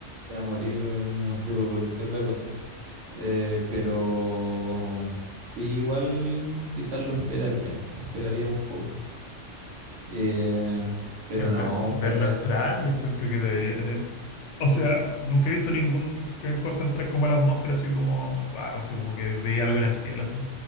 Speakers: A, on the right; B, on the left.
A: gustaría morir, no sé, por cualquier otra cosa. Eh, pero sí, igual quizás lo esperaría, esperaría un poco. Eh, pero
B: que ve-
A: no,
B: verlo
A: fuera de
B: entrar,
A: eso,
B: yo encuentro que debería. O sea, nunca he visto ninguna cosa entrar como a la atmósfera, así como, wow, así como que veía algo en el cielo, así.